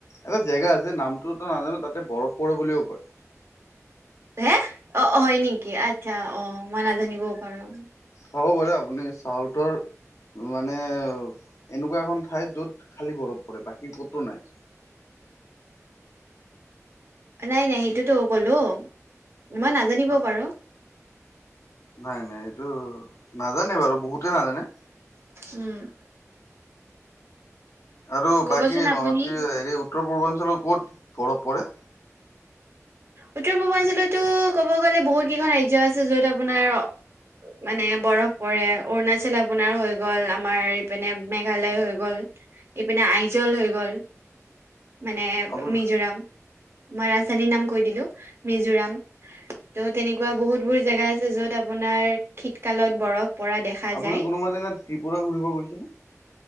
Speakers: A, on the left; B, on the right.
A: এটা জেগা আছে নামটোতো নাজানো, তাতে বৰফ পৰে বুলিও কয়।
B: হে, অ হয় নেকি? আচ্ছা অ মই নাজানিবও পাৰো।
A: হব পাৰে, আপুনি চাউথৰ উ মানে এনেকুৱা এখন ঠাই য'ত খালী বৰফ পৰে, বাকী কতো নাই।
B: নাই নাই, সেইটোতো ক'লোঁ- মই নাজানিবও
A: হয়
B: পাৰোঁ।
A: নাই নাই, এইটো নাজানে বাৰু-বহুতে নাজানে।
B: উম।
A: আৰু
B: ক'বচোন
A: বাকী
B: আপুনি
A: নৰ্থ-ই হেৰি উত্তৰ-পূৰ্বাঞ্চলৰ ক'ত বৰফ পৰে?
B: উত্তৰ-পূৰ্বাঞ্চলতো ক'ব গ'লে বহুত কেইখন ৰাজ্য আছে য'ত আপোনাৰ মানে বৰফ পৰে, অৰুণাচল আপোনাৰ হৈ গ'ল, আমাৰ এইপিনে মেঘালয় হৈ গ'ল। এইপিনে আইজল হৈ গ'ল। মানে
A: আপোনাৰ
B: মিজোৰাম মই ৰাজধানীৰ নাম কৈ দিলো মিজোৰাম। ত' তেনেকুৱা বহুত বোৰ জেগা আছে, য'ত আপোনাৰ শীতকালত বৰফ পৰা দেখা
A: আপুনি
B: যায়
A: কোনোবা দিনা ত্ৰিপুৰা ঘূৰিব গৈছেনে?